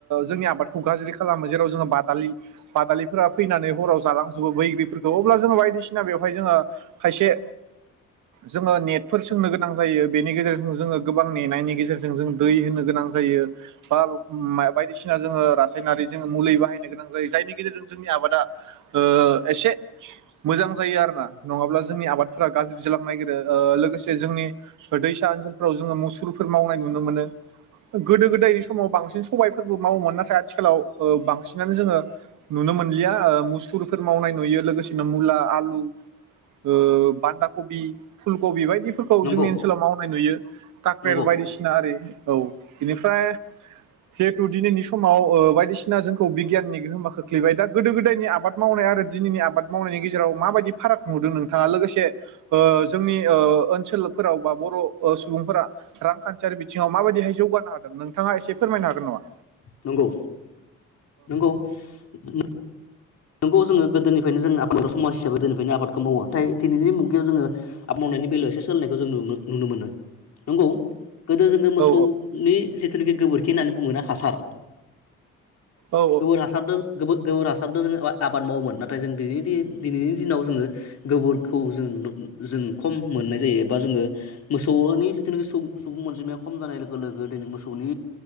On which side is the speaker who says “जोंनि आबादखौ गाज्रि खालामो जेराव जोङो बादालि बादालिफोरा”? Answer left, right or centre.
Right